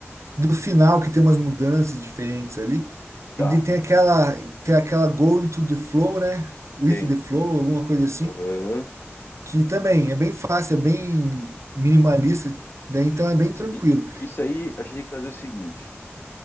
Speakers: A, on the right; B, on the left.
A: do final que tem umas mudanças diferentes ali.
B: Tá,
A: E de- tem aquela tem aquela Go into the Flow, né? With
B: tem.
A: the Flow, alguma coisa assim,
B: Aham.
A: que também é bem fácil, é bem minimalista, daí então é bem tranquilo.
B: Isso e- isso aí, a gente tem que fazer o seguinte.